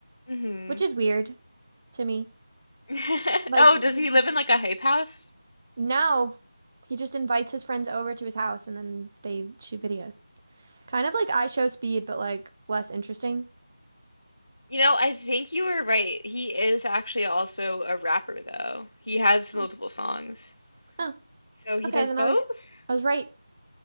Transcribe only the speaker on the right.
which is weird to me.
Like
No, he just invites his friends over to his house and then they shoot videos. Kind of like I Show Speed, but like less interesting.
Oh,
oh,
okay,
then
I was I was right.